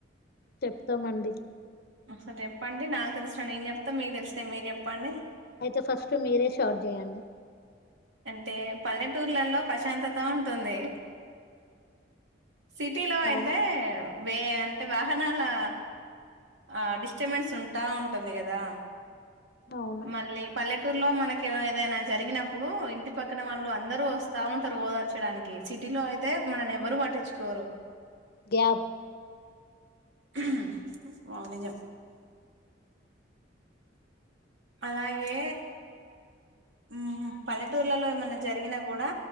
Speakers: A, on the left; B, on the right.
A: చెప్తమండి
B: ఒకసారి చెప్పండి నాకు తెలిసిన నేన్ చెప్త మీక్ తెలిసినవి మీర్ చెప్పండి
A: అయితె ఫస్ట్ మీరె షార్ట్ చేయండి
B: అంటే పల్లెటూర్లలో ప్రశాంతత ఉంటుంది సిటీలో
A: అవును
B: అయితే వేయంత్ టె వాహనాలా ఆ డిస్టబెన్స్ ఉంటా ఉంటుంది కదా
A: అవును
B: మళ్ళీ పల్లెటూర్లో మనకేదైన జరిగినప్పు ప్పుడూ ఇంటి పక్కన వాళ్ళు అందరూ వస్తా ఉంటరు ఓదార్చడానికి సిటీలో అయితే మనల్ని ఎవ్వరు పట్టించుకో రు
A: గ్యాప్
B: హ్మ్మ్ మౌనిక అలాగే ఉమ్ పల్లెటూర్లలో ఏమన్న జరిగినా కూడా